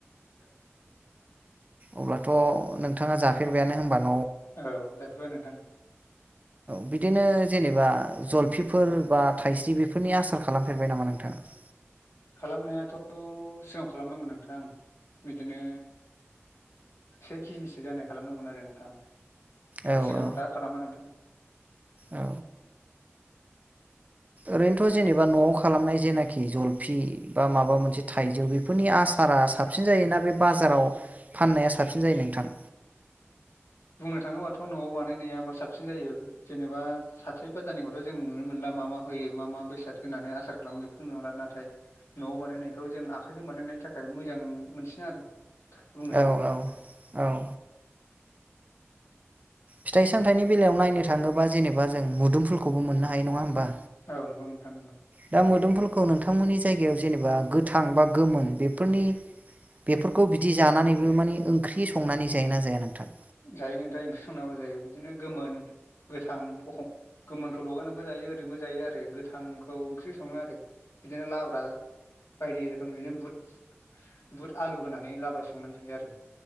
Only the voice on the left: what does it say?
<unintelligible>
ओव जाफेरबाय नोंथां
खालामनायाथ' सिगाङाव खालामदोंमोन नोंथां बिदिनो से केजिसो जानाय खालामदोंमोन आरो नोंथां
सिगाङाव
दा खालामा नोंथां।
बुंनो थाङोबाथ' न'आव बानायनायाबा साबसिन जायो जेनेबा साथ्रि बाजारनिखौथ' जों नुनो मोनला मा मा होयो मा मा बेसाद होननानै आसार खालामो बेखौथ' नुला नाथाय न'आव बानायनायखौ जों आखाइजों बानायनायनि थाखाय मोजां मोनसिनो आरो बुंनो थाङोब्ला
औ नंगौ नोंथां
जायो नोंथां ओंख्रि संनाबो जायो बिदिनो गोमोन गोथां अखं गोमोनखौ लगायनानैबो जायो ओरैनोबो जायो आरो गोथांखौ ओंख्रि सङो आरो बिदिनो लाब्रा बायदि रोखोम बिदिनो बुट बुट आलु होनानै लाब्रा संनानै जाय आरो